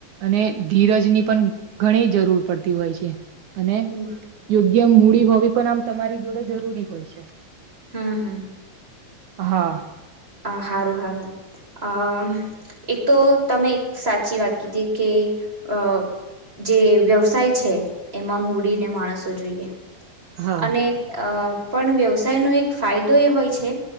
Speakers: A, on the right (about 75°); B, on the right (about 20°).
A: અને ધીરજ ની પણ ઘણી જરૂર પડતી હોય છે. અને
B: હમ
A: યોગ્ય મૂડી હોવી પણ આમ તમારી જોડે જરૂરી હોય છે.
B: હાં હાં.
A: હા.
B: અ હારું હારું અ એક તો તમે એક સાચી વાત કીધી કે અ જે વ્યવસાય છે એમાં મૂડીને માણસો જોઈએ.
A: હા
B: અને અ પણ વ્યવસાયનો એક ફાયદો એ હોય છે.